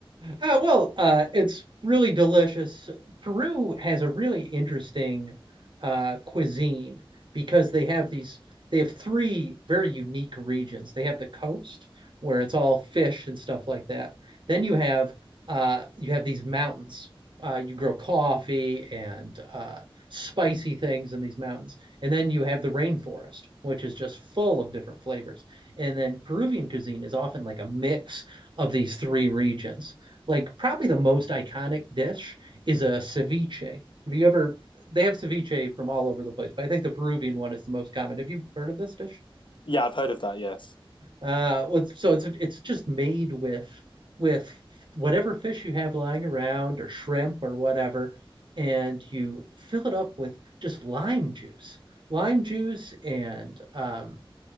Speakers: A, on the right; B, on the left.
A: Uh, well, uh, it's really delicious. Peru has a really interesting uh, cuisine because they have these, they have three very unique regions. They have the coast where it's all fish and stuff like that. Then you have uh, you have these mountains. Uh, you grow coffee and uh, spicy things in these mountains. And then you have the rainforest, which is just full of different flavors. And then Peruvian cuisine is often like a mix of these three regions like probably the most iconic dish is a ceviche. Have you ever? They have ceviche from all over the place, but I think the Peruvian one is the most common. Have you heard of this dish?
B: Yeah, I've heard of that, yes.
A: Uh, with, so it's it's just made with with whatever fish you have lying around or shrimp or whatever, and you fill it up with just lime juice, lime juice and um,